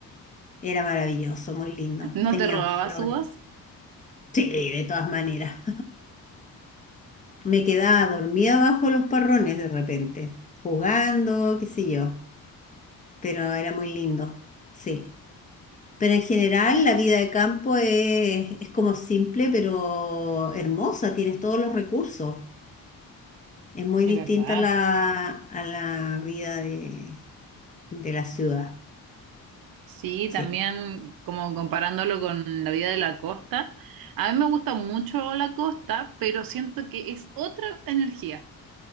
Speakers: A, on the left (about 20°); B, on the right (about 75°).
A: Era maravilloso, muy lindo.
B: ¿No
A: Tenían
B: te robabas
A: flores.
B: uvas?
A: <laughs> Sí, de todas maneras. <laughs> Me quedaba dormida bajo los parrones de repente, jugando, qué sé yo, pero era muy lindo, sí. Pero en general la vida de campo es, es como simple, pero hermosa, tienes todos los recursos. Es muy
B: De
A: distinta
B: verdad.
A: a la, a la vida de, de la ciudad.
B: Sí,
A: Sí.
B: también como comparándolo con la vida de la costa. A mí me gusta mucho la costa, pero siento que es otra energía.